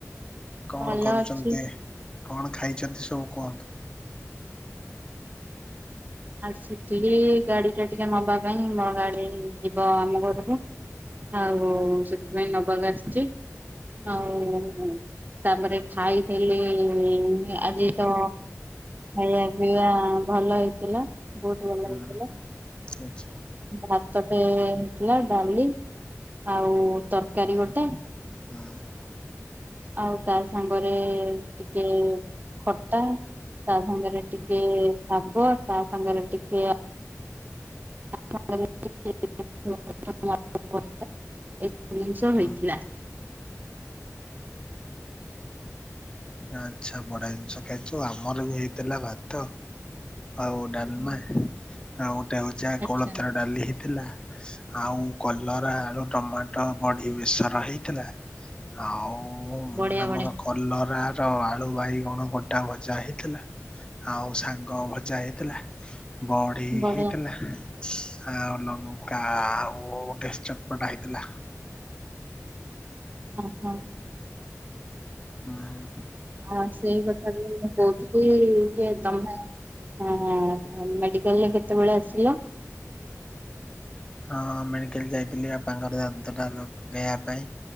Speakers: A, on the left (about 15°); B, on the right (about 35°).
A: କଣ
B: ଭଲ
A: କରୁଛନ୍ତି,
B: ଅଛି।
A: କଣ ଖାଇଛନ୍ତି ସବୁ କୁହନ୍ତୁ?
B: ଆସିଥିଲି ଗାଡ଼ି ଟା ଟିକେ ନବା ପାଇଁ, ମୋ ଗାଡ଼ି ଯିବ ଆମ ଘରକୁ। ଆଉ-ଉ-ଉ ସେଥିପାଇଁ ନବାକୁ ଆସିଛି ଆଉ-ଉ-ଉ ତାପରେ ଖାଇଥିଲି-ଇ-ଇ-ଇ ଆଜି ତ ଖାଇବା ପିଇବା ଭଲ ହେଇଥିଲା। ବହୁତ ଭଲ
A: ହୁଁ
B: ହେଇଥିଲା।
A: ଆଚ୍ଛା
B: ଭାତଟେ ହେଇଥିଲା ଡାଲି ଆଉ-ଉ-ଉ ତରକାରୀ
A: ହୁଁ
B: ଗୋଟେ।
A: ହୁଁ।
B: ଆଉ ତା ସାଙ୍ଗରେ-ଏ-ଏ-ଏ ଟିକେ ଖଟା, ତା ସାଙ୍ଗରେ ଟିକେ-ଏ-ଏ ଶାଗ, ତା ସାଙ୍ଗରେ ଟିକେ <inaudible> ଏ ଜିନିଷ ହୋଇଥିଲା।
A: ହୁଁ ଆଚ୍ଛା ବଢ଼ିଆ ଜିନିଷ ଖାଇଛୁ। ଆମର ବି ହେଇଥିଲା ଭାତ ଆଉ ଡାଲମା,
B: ହୁଁ।
A: ଆଉ ଗୋଟେ ହଉଛି ଆ
B: ଆଚ୍ଛା
A: କୋଳଥ ଡାଲି ଥିଲା ଆଉ କଲରା, ଆଳୁ, ଟମାଟୋ, ବଡ଼ି ବେସର ହେଇଥିଲା। ଆଉ-ଉ-ଉ-ଉ
B: ବଢିଆ
A: ଆମର
B: ବଢିଆ
A: କଲରା ଟ ଆଳୁ, ବାଇଗଣ, ଗୋଟା ଭଜା ହେଇଥିଲା ଆଉ ସା ଗ ଭଜା ହେଇଥିଲା ବଡ଼ି
B: ବଢିଆ।
A: ହେଇଥିଲା ଆଉ ଲ କା ଉ-ଉ-ଉ ଗୋଟେ ଚଟପଟା ହେଇଥିଲା।
B: ହଁ ହଁ।
A: ହୁଁ।
B: ଆ ସେଇ କଥା ବି ମୁଁ କହୁଥିଲି-ଇ-ଇ-ଇ-ଯେ ତମେ ହଁ-ଅ-ଅ ମେଡ଼ିକାଲରେ କେତେବେଳେ ଆସିଲ?
A: ହଁ ମେଡ଼ିକାଲ ଯାଇଥିଲି ବାପାଙ୍କର ଦାନ୍ତଟା ଲଗେଇବା ପାଇଁ।